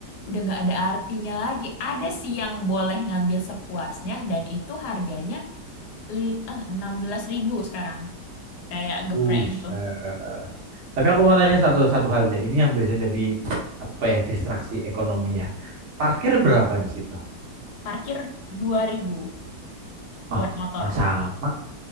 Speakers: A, on the left (about 75°); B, on the right (about 50°).
A: udah nggak ada artinya lagi. Ada sih yang boleh ngambil sepuasnya dan itu harganya li, belas ribu sekarang. Kayak geprek
B: Buset.
A: gitu.
B: Tapi aku mau tanya satu satu hal deh. Ini yang biasanya jadi apa ya distraksi ekonomi ya. Parkir berapa di situ?
A: Parkir 2.000
B: Oh,
A: buat motor.
B: ma- sama